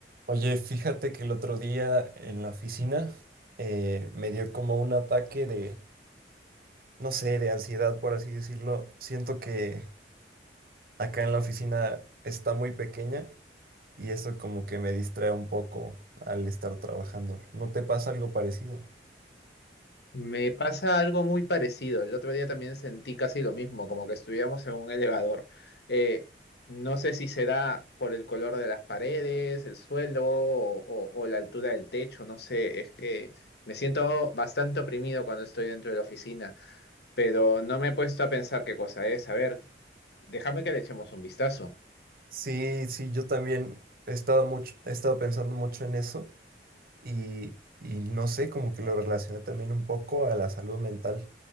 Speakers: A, on the right; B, on the left.
A: Oye, fíjate que el otro día en la oficina eh, me dio como un ataque de, no sé, de ansiedad, por así decirlo. Siento que acá en la oficina está muy pequeña y eso como que me distrae un poco al estar trabajando. ¿No te pasa algo parecido?
B: Me pasa algo muy parecido. El otro día también sentí casi lo mismo, como que estuviéramos en un elevador. Eh, no sé si será por el color de las paredes, el suelo o, o- o la altura del techo, no sé. Es que me siento bastante oprimido cuando estoy dentro de la oficina, pero no me he puesto a pensar qué cosa es. A ver, déjame que le echemos un vistazo.
A: Sí, sí, yo también he estado mucho, he estado pensando mucho en eso y, y no sé, como que lo relacioné también un poco a la salud mental.